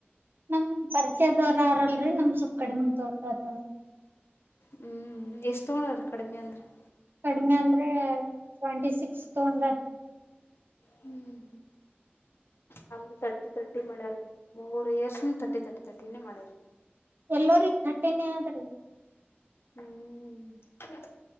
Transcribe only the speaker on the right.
ನಮ್ಮ ಪರಿಚಯದವರಲ್ರಿ ನಮ್ಮ ಸುಪ್ ಕಡಿಮೆ ತೋತರಾ ಬಾಳ <inaudible>
ಕಡಿಮೆ ಅಂದ್ರೆ ಟ್ವೆಂಟಿ ಸಿಕ್ಸ್ ತೊಗೊಂದಾರ. <inaudible>
ಎಲ್ಲರಿಗ ತರ್ಟಿನ ಅದ ರೀ <inaudible>